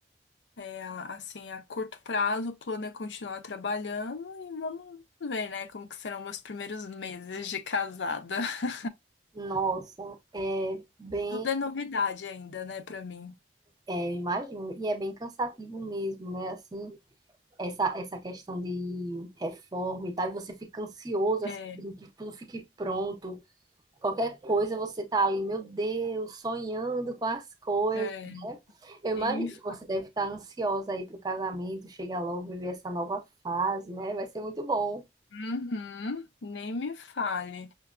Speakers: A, on the left; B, on the right.
A: É, assim, a curto prazo, o plano é continuar trabalhando e vamos ver, né, como que serão meus primeiros meses de casada. <laughs>
B: Nossa, é bem,
A: Tudo é novidade ainda, né, pra mim.
B: é, imagino, e é bem cansativo mesmo, né? Assim, essa, essa questão de reforma e tal, e você fica ansioso,
A: É,
B: assim, que tudo fique pronto, qualquer coisa você tá ali, meu Deus, sonhando com as coisas,
A: é,
B: né? Eu
A: nem
B: imagino
A: me fale.
B: que você deve estar ansiosa aí pro casamento, chegar logo, viver essa nova fase, né? Vai ser muito bom.
A: Uhum, nem me fale.